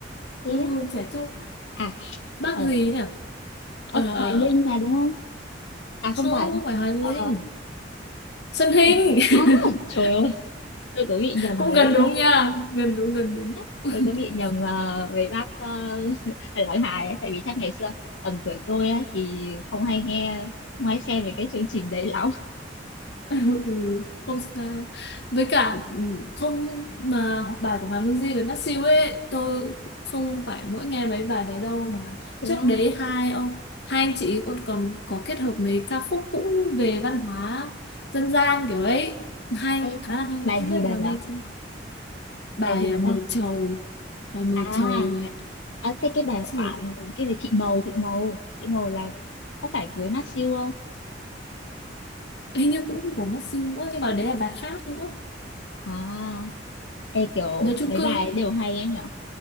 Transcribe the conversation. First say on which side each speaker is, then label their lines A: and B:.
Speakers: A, on the left; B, on the left.
A: thế
B: ừ,
A: á.
B: trẻ trung.
A: à
B: Bác
A: ở
B: gì nhỉ? Ờ,
A: ờ, Hoài Linh mà đúng không à không
B: không,
A: phải
B: không phải Hòa Linh.
A: ờ
B: Xuân Hinh.
A: ừ. à
B: <laughs>
A: trời ơi tôi cứ bị nhầm
B: Cũng
A: với
B: gần đúng
A: ờ,
B: nha. Gần đúng, gần đúng.
A: <laughs>
B: <laughs>
A: tôi cứ bị nhầm ờ, với bác uh, <laughs> Lão Hài ấy tại vì chắc ngày xưa tầm tuổi tôi ấy, thì không hay nghe không hay xem về cái chương trình đấy lắm
B: <laughs> Ừ, không sao với cả ừ, không mà bài của Hoàng Minh Di với Masew ấy tôi không phải mỗi nghe mấy bài đấy đâu mà
A: thế
B: trước
A: á
B: đấy hai ông hai anh chị còn còn có kết hợp mấy ca khúc cũng về văn hóa dân gian kiểu ấy hay
A: ê
B: khá là hay
A: bài
B: không
A: gì
B: biết
A: bà
B: vào nghe
A: nhở
B: chưa bài
A: bài gì
B: à, mờ
A: sao
B: trầu bài mờ
A: à
B: trầu này
A: à thế cái bài
B: Trời,
A: bạn cái gì thị màu thị màu thị màu là có phải với mát siêu không
B: hình như cũng của Masew nữa nhưng mà đấy là bài khác nữa
A: à ê kiểu
B: nói chung
A: mấy
B: cơ
A: bài ấy đều hay ấy nhở